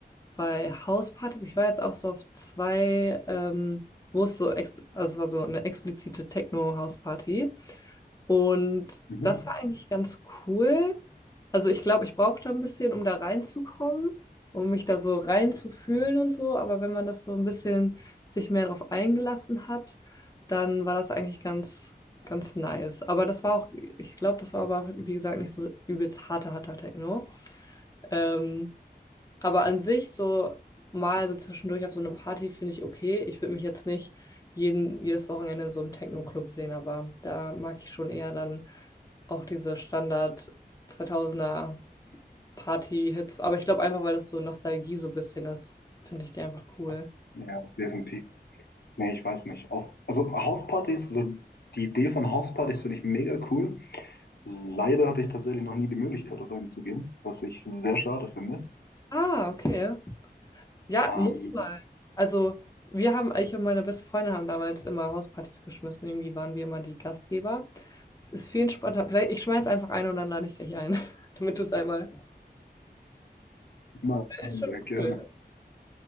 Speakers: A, on the left (about 20°); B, on the left (about 70°).
A: bei Hauspartys, ich war jetzt auch so auf zwei, ähm, wo es so, ex also es war so eine explizite Techno-Hausparty. Und
B: Mhm.
A: das war eigentlich ganz cool. Also ich glaube, ich brauchte ein bisschen, um da reinzukommen, um mich da so reinzufühlen und so. Aber wenn man das so ein bisschen sich mehr darauf eingelassen hat, dann war das eigentlich ganz, ganz nice. Aber das war auch, ich glaube, das war aber auch, wie gesagt, nicht so übelst harter, harter Techno. Ähm, aber an sich so mal so zwischendurch auf so eine Party finde ich okay. Ich würde mich jetzt nicht jeden, jedes Wochenende in so einem Techno-Club sehen, aber da mag ich schon eher dann auch diese Standard 2000er Party-Hits. Aber ich glaube einfach, weil das so Nostalgie so ein bisschen ist, finde ich die einfach cool.
B: Ja, definitiv. Nee, ich weiß nicht. Auch, also Hauspartys, so die Idee von Hauspartys finde ich mega cool. Leider hatte ich tatsächlich noch nie die Möglichkeit, auf einen zu gehen, was ich sehr schade finde.
A: Ah, okay. Ja,
B: Ähm,
A: musst du mal. Also wir haben, ich und meine beste Freundin haben damals immer Hauspartys geschmissen. Irgendwie waren wir immer die Gastgeber. Ist viel entspannter. Vielleicht, ich schmeiß einfach ein und dann lade ich dich ein, <laughs> damit du es einmal
B: Mann,
A: Ist schon
B: ja, gerne.
A: cool.